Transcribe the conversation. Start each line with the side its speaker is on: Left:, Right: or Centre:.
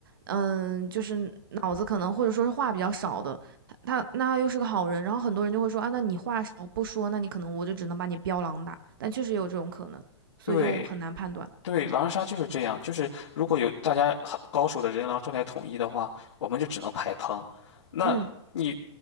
Right: 嗯，就是脑子可能或者说是话比较少的，他那他又是个好人，然后很多人就会说啊，那你话少不说，那你可能我就只能把你标狼打，但确实有这种可能，所以就很难判断。
Left: 对对，狼人杀就是这样，就是如果有大家很高手的人狼状态统一的话，我们就只能排坑。那你
Right: 嗯